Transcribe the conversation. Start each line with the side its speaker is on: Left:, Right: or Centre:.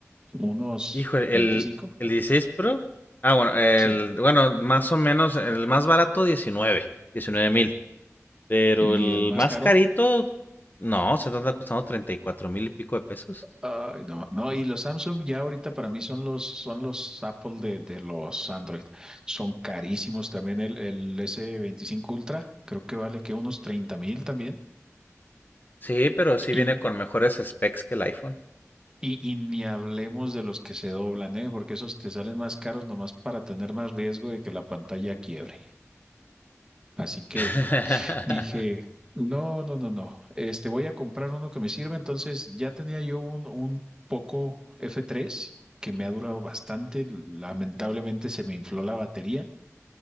Right: Unos
Left: Híjole,
Right: 25?
Left: el, el 16 Pro. Ah, bueno, el,
Right: sí.
Left: bueno, más o menos, el más barato diecinueve, 19 mil. Pero
Right: Y
Left: el
Right: el más
Left: más
Right: caro,
Left: carito, no, se está costando treinta y cuatro mil y pico de pesos.
Right: Ay, no, no, y los Samsung ya ahorita para mí son los, son los Apple de, de los Android. Son carísimos también el, el S25 Ultra, creo que vale que unos 30 mil también.
Left: Sí, pero sí
Right: Y,
Left: viene con mejores specs que el iPhone.
Right: y, y ni hablemos de los que se doblan, ¿eh? Porque esos te salen más caros nomás para tener más riesgo de que la pantalla quiebre. Así que
Left: <laughs>
Right: Dije, no, no, no, no, este, voy a comprar uno que me sirva. Entonces ya tenía yo un, un Poco F3 que me ha durado bastante. Lamentablemente se me infló la batería.